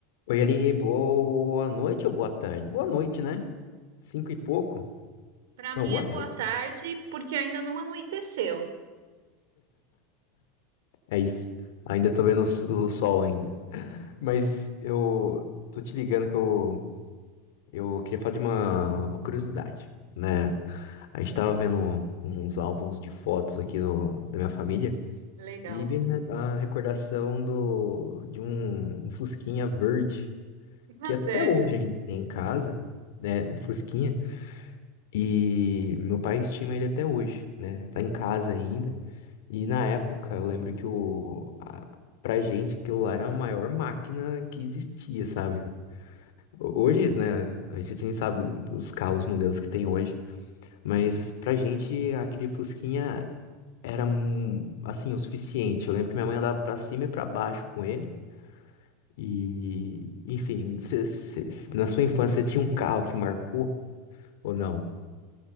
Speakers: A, on the left; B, on the right.
A: Oi, Aline, boa noite ou boa tarde? Boa noite, né? Cinco e pouco?
B: Para
A: Não,
B: mim
A: boa
B: é
A: tarde.
B: boa tarde, porque ainda não anoiteceu.
A: É isso. Ainda tô vendo o s- o sol ainda. Mas eu tô te ligando que eu, eu queria falar de uma, uma curiosidade, né? A gente tava vendo uns álbuns de fotos aqui do, da minha família
B: Legal.
A: e vi a recordação do, de um, um fusquinha verde,
B: Ah,
A: que até
B: sério.
A: hoje a gente tem em casa, né? Um Fusquinha. E meu pai estima ele até hoje, né? Tá em casa ainda. E na época, eu lembro que o, a, pra gente, aquilo lá era a maior máquina que existia, sabe? Ho- Hoje, né? A gente nem sabe os carros, modelos que tem hoje. Mas pra gente, aquele Fusquinha era, hum, assim, o suficiente. Eu lembro que minha mãe andava pra cima e pra baixo com ele. E, enfim, cê- cê- na sua infância, você tinha um carro que marcou ou não?